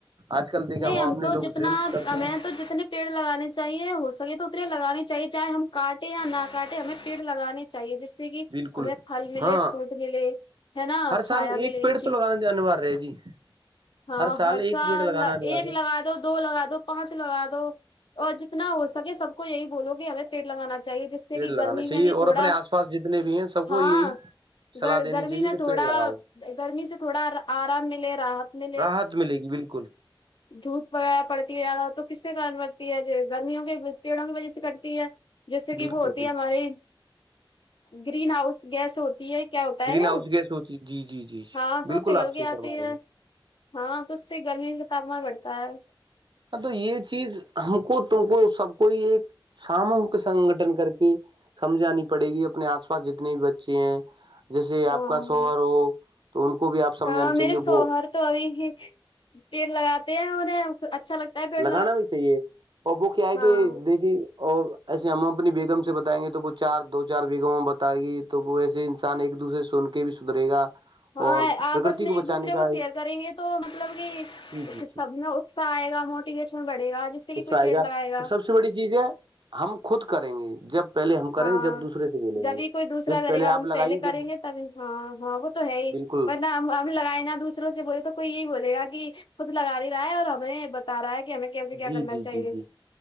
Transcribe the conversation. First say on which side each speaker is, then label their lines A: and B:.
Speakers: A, on the right; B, on the left.
A: آج کل دیکھا
B: نہیں
A: ہوں
B: ہم
A: آپ
B: تو
A: نے لوگ
B: جتنا
A: ڈرنکس کرتے
B: ہمیں
A: ہیں
B: تو جتنے پیڑ لگانے چاہیے ہو سکے تو اتنے لگانے چاہیے چاہے ہم کاٹے یا نہ کاٹے ہمیں پیڑ لگانے چاہیے جیس سے کہ
A: بالکل
B: ہمیں پھل ملے
A: ہاں
B: فروٹ ملے ہے نا
A: ہر
B: چھایا
A: سال ایک
B: ملے
A: پیڑ
B: اس چیز
A: تو لگانا <inaudible>
B: ہاں ہر
A: ایک
B: سال
A: پیڑ لگانا انوار
B: ایک
A: ہے
B: لگا دو دو لگا دو پانچ لگا دو اور جتنا ہو سکے سب کو یہی بولو گے ہمیں پیٹ لگانا چاہیے جس سے
A: پیڑ
B: کہ
A: لگانا
B: گرمی
A: چاہیے
B: میں بھی
A: اور
B: تھوڑا
A: اپنے آس پاس جتنے بھی ہیں سب کو
B: ہاں
A: یہی صلاح
B: گ
A: دینی
B: گرمی
A: چاہیے
B: میں
A: کہ
B: تھوڑا
A: پیڑ لگاؤ
B: گرمی سے تھوڑا آرام ملے رہات میں
A: راحت ملے گی بالکل
B: دھوپ وغیرہ پڑتی ہے زیادہ تو کس کے کار بتی ہے گرمیوں کے پیڑوں کی وجہ سے کٹتی ہے جیسے کہ
A: بالکل
B: وہ ہوتی
A: بالکل
B: ہے ہمارے گرین ہاؤس گیس ہوتی ہے کیا ہوتا
A: گرین
B: ہے
A: ہاؤس گیس ہوتی جی جی جی جی
B: ہاں
A: بالکل
B: تو پگل
A: آپ
B: کے
A: صحیح فرما
B: آتی
A: رہے
B: ہے ہاں تو اس سے گرمی کا تاپمان بڑھتا ہے
A: ہاں تو یہ چیز ہم کو تم کو سب کوئی ایک ساموہک سنگٹن کر کے سمجھانی پڑے گی اپنے آس پاس جتنے بھی بچے ہیں جیسے
B: ہاں
A: آپ کا شوہر ہو تو ان کو بھی آپ سمجھانا
B: ہاں میرے
A: چاہیے
B: سوہر
A: وہ
B: تو ابھی ہی پیڑ لگاتے ہیں انہیں اچھا لگتا ہے پیڑ
A: لگانا بھی چاہیے اور وہ کیا ہے
B: ہاں
A: کہ دیکھیے اور ایسے ہم اپنی بیگم سے بتائیں گے تو وہ چار دو چار بیگم بتائے گی تو وہ ایسے انسان ایک دوسرے سن کے بھی درے گا
B: ہاں
A: اور
B: آپس
A: پرکرتی
B: میں ایک
A: بچانے
B: دوسرے
A: کا
B: کو شیئر
A: ایک
B: کریں گے تو مطلب
A: جی
B: کہ
A: جی
B: سب نے صا آئے گا موٹیویشن بڑے گا جس سے کہ
A: اس
B: کوئی پیڑ
A: آئے گا
B: لگائے
A: سب سے بڑی چیز ہے ہم خود کریں گے جب پہلے ہم کریں
B: ہاں
A: گے جب دوسرے سے بولیں
B: جبھی
A: گے
B: کوئی دوسرا
A: جس
B: کرے گا
A: آپ
B: ہم پہلے
A: لگائیے جب
B: کریں گے تب ہاں ہاں وہ تو ہے ہی
A: بالکل
B: ہم لگائے نا دوسروں سے بول تو کوئی یہی بولے گا کہ خود لگا نہیں رہا ہے اور ہمیں بتا رہا ہے کہ ہمیں کیسے کیا
A: جی
B: کرنا
A: جی
B: چاہیے
A: جی جی